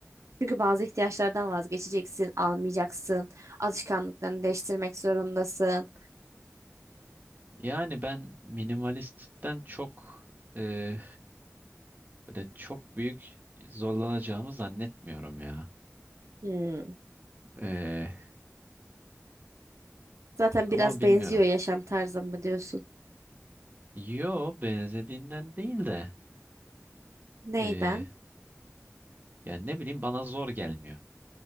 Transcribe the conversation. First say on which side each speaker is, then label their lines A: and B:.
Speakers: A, on the right; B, on the right.
A: Çünkü bazı ihtiyaçlardan vazgeçeceksin, almayacaksın, alışkanlıklarını değiştirmek zorundasın.
B: Yani ben minimalistten çok e, böyle çok büyük zorlanacağımı zannetmiyorum ya.
A: Hmm.
B: E,
A: Zaten
B: ama
A: biraz
B: bilmiyorum.
A: benziyor yaşam tarzıma diyorsun?
B: Yo benzediğinden değil de
A: Neyden?
B: e, yani ne bileyim bana zor gelmiyor.